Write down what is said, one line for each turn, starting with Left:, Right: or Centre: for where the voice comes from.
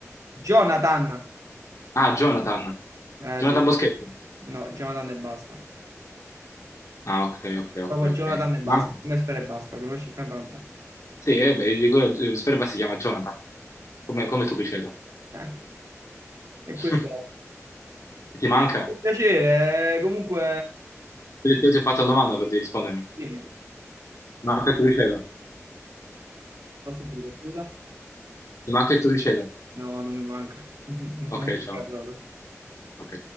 Right: Jonathan.
Left: Ah, Jonathan.
Right: Ah,
Left: Jonathan
Right: sì.
Left: Boschetti.
Right: No, Jonathan e basta.
Left: Ah, ok, ok, ok,
Right: Proprio
Left: ok.
Right: Jonathan e basta.
Left: Ah,
Right: Come Sfera e basta. Conosci il cantante?
Left: sì, eh, beh, di quello, eh, Sperba si chiama Jonathan, come, come il tuo criceto.
Right: Eh, E questo
Left: <laughs>
Right: è
Left: Ti manca?
Right: un piacere. eh, Comunque,
Left: Io ti ho fatto una domanda per di rispondermi.
Right: dimmi,
Left: Manca il tricipite.
Right: ho sentito, scusa?
Left: Ti manca il tricipite.
Right: No, non mi manca, <laughs> non
Left: Ok,
Right: mi manca
Left: ciao.
Right: proprio.
Left: Ok.